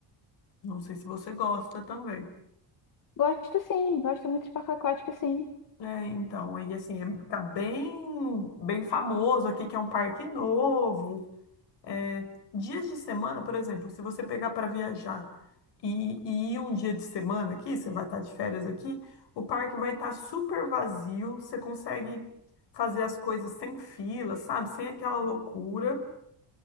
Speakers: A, on the left; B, on the left.
A: Não sei se você gosta também.
B: Gosto sim, gosto muito de parque aquático, sim.
A: É, então, aí assim, é- tá bem, bem famoso aqui que é um parque novo. É, dias de semana, por exemplo, se você pegar para viajar e, e ir um dia de semana aqui, você vai estar de férias aqui, o parque vai estar super vazio, você consegue fazer as coisas sem fila, sabe? Sem aquela loucura.